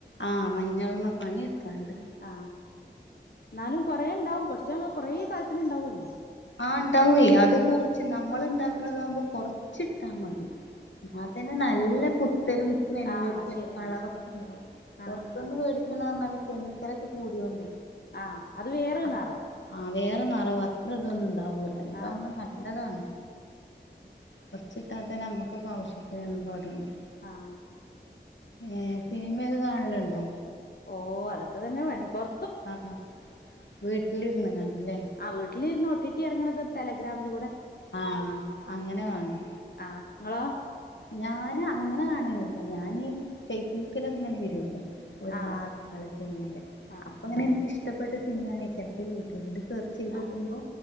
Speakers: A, on the left; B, on the left.
A: ആ മഞ്ഞളുമ്മ പണി എടുക്കാണ്ട്
B: ആഹ് എന്നാലും കൊറേ ഉണ്ടാവും പൊടിച്ച കൊറേ കാലത്തിന് ഉണ്ടാവുല്ലോ
A: ആ ഉണ്ടാവേ അത് കൊറച്ച് നമ്മൾ ഉണ്ടാക്കണതാവുമ്പോ കൊറച്ചിട്ടാ മതി അതന്നെ നല്ല കുത്തലും സ്മെല്ലൊക്കെ
B: ആഹ് ശരിയന്നെ
A: ഉണ്ട് കളറൊക്കെ ഉണ്ടാവും പുറത്തുന്ന്
B: ആഹ്
A: മേടിക്കന്ന് പറഞ്ഞാല് കെമിക്കലക്കെ കൂടിയൊണ്ട്
B: ആഹ് അത് വേറൊരു
A: അഹ്
B: നിറം
A: ആഹ് നറവാ ഇത്രതൊന്നും ഇണ്ടാവൂലല്ലോ ഇതാവുമ്പോ
B: ആഹ്
A: നല്ലതാണ് കൊറച്ചിട്ടാതന്നെ നമ്മുക്ക്ഇപ്പ ആവശ്യത്തിനു <unintelligible>
B: ആഹ്
A: ഏഹ് സിനിമയൊക്കെ കാണല്ണ്ടോ
B: ഓഹ് അതൊക്കെ തന്നെ പണി പൊറ
A: ആഹ് ആഹ് വീട്ടിലിരുന്നങ്ങാണ്ട് ല്ലേ
B: ആഹ് വീട്ടിലിരുന്ന് ഒട്ടിട്ടി എറങ്ങണത് ടെലഗ്രാമില് കൂടെ
A: ആഹ് അങ്ങനെ കാണും
B: ആഹ് ഇങ്ങളോ
A: ഞാന് അങ്ങനെ കാണലില്ല ഞാന് ഫേസ്ബുക്കിൽങ്ങനെ വരുല്ലോ ഒരു
B: ആഹ്
A: ഭാഗങ്ങള് സിനിമന്റെ
B: ആഹ്
A: അപ്പൊ ഇങ്ങനെ എനിക്ക് ഇഷ്ടപ്പെട്ട സിനിമയാണെ ചെലപ്പോ യൂട്യൂബില് സെർച്ച് ചെയ്ത് നോക്കുമ്പോ
B: ആഹ്